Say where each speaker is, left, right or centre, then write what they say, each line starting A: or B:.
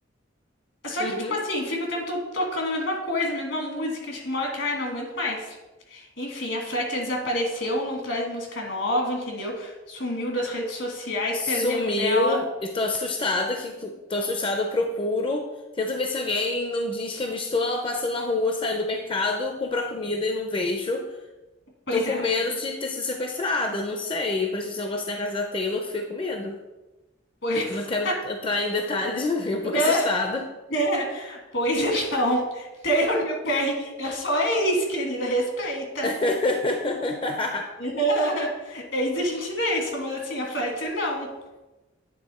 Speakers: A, on the left; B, on the left.
A: Só
B: Uhum.
A: que, tipo assim, fica o tempo todo tocando a mesma coisa, a mesma música. Chega uma hora que, ai, não aguento mais. Enfim, a Fletcher desapareceu, não traz música nova, entendeu? Sumiu das redes sociais,
B: Sumiu.
A: perdemos ela.
B: Estou assustada que tô assustada, eu procuro. Tento ver se alguém não diz que avistou ela passando na rua, saindo do mercado, comprar comida e não vejo.
A: Pois
B: Tô com
A: é.
B: medo de ter sido sequestrada, não sei. Parece esse negócio na casa da Taylor, eu fiquei com medo.
A: Pois,
B: Não quero
A: <laughs>
B: entrar em detalhes, <laughs> mas fiquei um pouco
A: olha,
B: assustada.
A: é, pois então, Taylor, meu bem, é só ex, querida, respeita.
B: <laughs>
A: <laughs> Ex a gente deixa, mas assim, a Fletcher não.